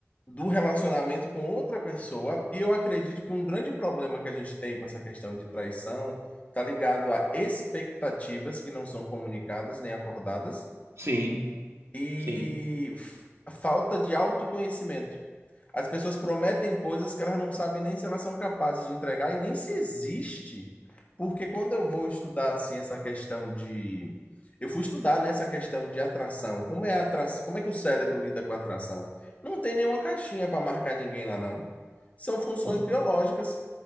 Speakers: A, on the left (about 30°); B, on the right (about 65°).
A: do relacionamento com outra pessoa. E eu acredito que um grande problema que a gente tem com essa questão de traição está ligado a expectativas que não são comunicadas nem acordadas
B: sim,
A: e
B: sim.
A: a falta de autoconhecimento. As pessoas prometem coisas que elas não sabem nem se elas são capazes de entregar e nem se existe. Porque quando eu vou estudar assim essa questão de eu fui estudar nessa questão de atração, como é a atra... como é que o cérebro lida com a atração? Não tem nenhuma caixinha para marcar ninguém lá não. São funções
B: Não.
A: biológicas